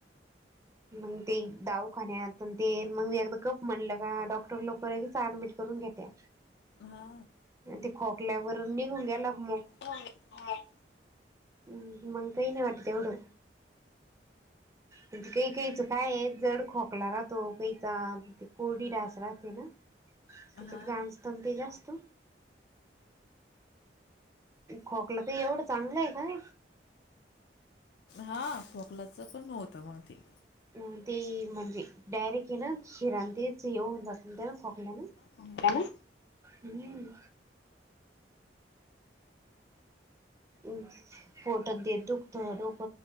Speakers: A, on the right; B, on the left.
A: मग ते दावखानून ते मग कप म्हणलं का डॉक्र र लवकर अऍडमिट करून घेत्या
B: हा
A: ते खोकल्यावर निघून गेला मग
B: <inaudible>
A: हम् मंग काही नाही वाटत तेवढं म्हण ते काही काहीचं काय आहे जड खोकला राहतो काहीचा कोरडी डास राहते ना ह तच्या
B: हा हा हा
A: गसत ते जास्त खोकला ते एवढं चांगलंय काय
B: हां खोकलाचं पण हो् हतं मग ते
A: अ ते म्हणजे डायरेक्ट हे ना शिराण तेच येऊन जात त्या खकल्यान
B: ह मड ना
A: हम्म म् फोटर दे दुखतडोक